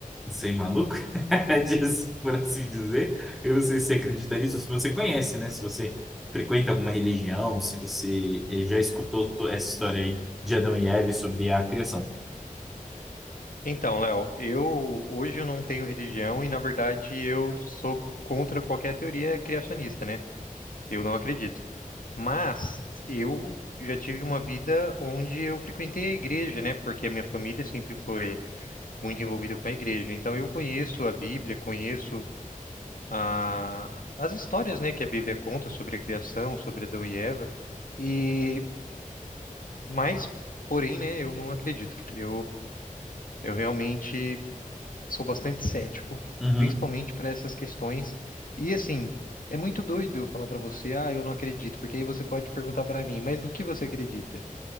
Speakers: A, in the centre; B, on the left (about 75°).
A: sem maluco, <laughs> diz- por assim dizer. Eu não sei se você acredita nisso, se você conhece, né? Se você frequenta alguma religião, se você eh, já escutou to- essa história aí de Adão e Eva sobre a criação.
B: Então, Léo, eu hoje eu não tenho religião e, na verdade, eu sou contra qualquer teoria criacionista, né? Eu não acredito. Mas eu já tive uma vida onde eu frequentei a igreja, né? Porque a minha família sempre foi muito envolvida com a igreja. Então eu conheço a Bíblia, conheço a... as histórias, né, que a Bíblia conta sobre a criação, sobre Adão e Eva. E mas, porém, né, eu não acredito. Eu eu realmente sou bastante cético,
A: Uhum,
B: principalmente para essas questões. E assim, é muito doido eu falar para você, ah, eu não acredito, porque aí você pode perguntar para mim, mas no que você acredita?